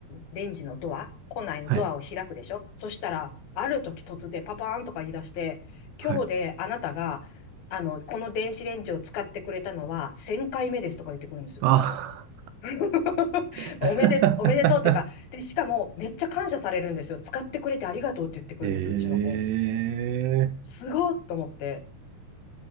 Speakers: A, on the left (about 65°); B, on the right (about 80°).
A: レンジのドア、庫内のドアを開くでしょ。
B: はい。
A: そしたら、ある時突然パパーンとか言い出して、
B: はい
A: 今日であなたが、あの、この電子レンジを使ってくれたのは1000回目ですとか言ってくるんですよ。
B: あ、
A: <laughs>
B: <laughs>
A: おめで、おめでとうっていうか、で、しかもめっちゃ感謝されるんですよ。使ってくれてありがとうって言ってくるんです、
B: ええ
A: うちの子。すごっと思って。